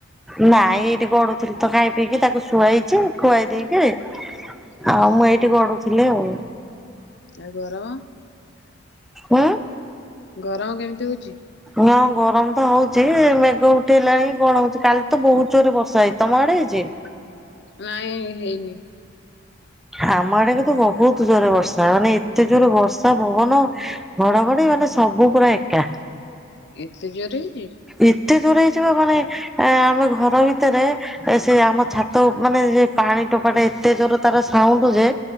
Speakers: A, in the centre; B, on the left.
A: ନାଇଁ ଏଇଠି ଗଡୁଥିଲି ତ ଖାଇ ପିଇକି ତାକୁ ଶୁଆଇଛି ଖୁଆଇ ଦେଇକି।
B: ହୁଁ
A: ଆଉ ମୁଁ ଏଇଠି ଗଢୁଥିଲି ଆଉ।
B: ଆଉ ଗରମ
A: ଉଁ
B: ଗରମ କେମିତି ହଉଛି?
A: ହ ଗରମ ତ ହଉଛି ମେଘ ଉଠେଇଲାଣି କଣ ହଉଛି କାଲି ତ ବହୁତ ଜୋରରେ ବର୍ଷା ହେଇ ତମ ଆଡ଼େ ହେଇଛି?
B: ନାଇଁ ହେଇନି।
A: ଆମ ଆଡେ କି ତ ବହୁତ ଜୋରରେ ବର୍ଷା ମାନେ ଏତେ ଜୋର ବର୍ଷା ପବନ। ଘଡ ଘଡି ମାନେ ସବୁ ପୁରା ଏକା।
B: ଏତେ ଜୋରେ ହେଇଛି?
A: ଏତେ ଦୋର ହେଇଯିବା ମାନେ ଆମେ ଘର ଭିତରେ ସେ ଆମ ଛାତ ମାନେ ସେ ପାଣି ଟୋପା ଟା ଏତେ ଜୋର ତାର ସାଉଣ୍ଡୁ ଯେ